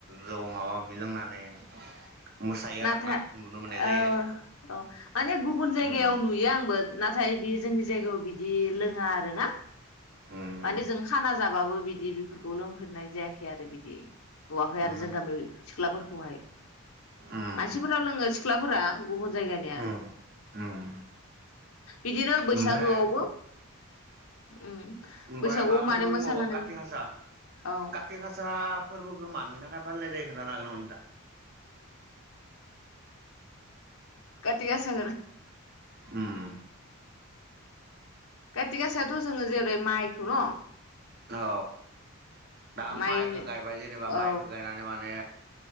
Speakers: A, on the right (about 45°); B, on the left (about 75°).
A: जौ माबा माबि लोंनानै मोसायो
B: नाथा
A: आरोना नुनो मोननाय
B: ओ
A: जायो
B: अ माने गुबुन जायगायाव
A: ओम
B: नुयो आंबो ना नाथाय बे जोंनि जायगायाव बिदि लोङा आरो ना
A: ओम
B: माने जों खाना जा बाबो बिदि बेफोरखौ लोंफेरनाय जायाखै आरो बिदि औवाखै
A: ओम
B: आरो जों गामियाव सिख्लाफोरखौहाय
A: ओम
B: मानसिफोरा लोङो सिख्लाफोरा गुबुन जायगानिया।
A: ओम
B: बिदिनो बैसागोआवबो
A: ओमफ्राय
B: उम
A: ओमफ्राय
B: बैसागुआव
A: माबा फोरबो
B: माने मोसानानै
A: दंबावो काति हासा
B: औ
A: काति हासा फोरबोखौ मानि थाखाय फालिनाय जायो। खोनथानो हागोन नामा नोंथां।
B: काति गासा
A: ओम
B: काति गासायावथ' जोङो जेरै माइखौ न
A: औ दा
B: माइ
A: माइखौ गायबाय जेनेबा
B: औ
A: माइखौ गायनानै माने